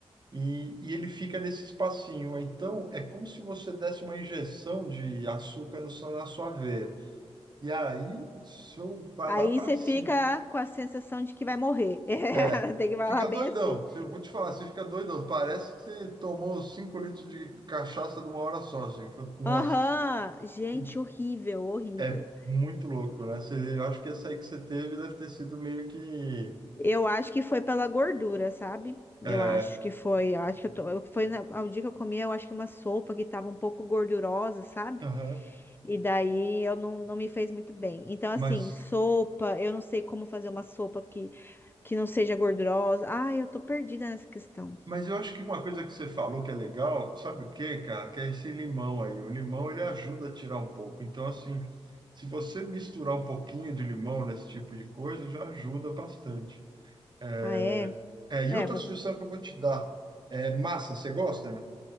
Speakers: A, on the right; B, on the left.
A: e, e ele fica nesse espacinho. Então é como se você desse uma injeção de açúcar no, seu- na sua veia. E aí o seu vai
B: Aí
A: lá para
B: você
A: cima.
B: fica com a sensação de que vai morrer. <laughs> É,
A: É.
B: tem que falar
A: Fica
B: bem
A: doidão,
B: assim.
A: Você- vou te falar, você fica doidão. Parece que você tomou 5 litros de cachaça de uma hora só, assim. Foi- Nossa,
B: Aham,
A: assim.
B: Gente,
A: E
B: horrível, horrível.
A: é muito louco, né? Você, eu acho que essa aí que você teve deve ter sido meio que
B: Eu acho que foi pela gordura, sabe? Eu
A: É,
B: acho que foi, eu acho que eu tô, eu- foi na, ao dia que eu comi, eu acho que uma sopa que tava um pouco gordurosa, sabe?
A: aham.
B: E daí eu não, não me fez muito bem. Então, assim,
A: Mas,
B: sopa, eu não sei como fazer uma sopa que, que não seja gordurosa. Ai, eu tô perdida nessa questão.
A: mas eu acho que uma coisa que você falou que é legal, sabe o quê, cara? Que é esse limão aí. O limão ele ajuda a tirar um pouco. Então, assim, se você misturar um pouquinho de limão nesse tipo de coisa, já ajuda bastante. É,
B: Ah, é?
A: é,
B: É,
A: e outra
B: vou,
A: sugestão que eu vou te dar é massa. Você gosta, não?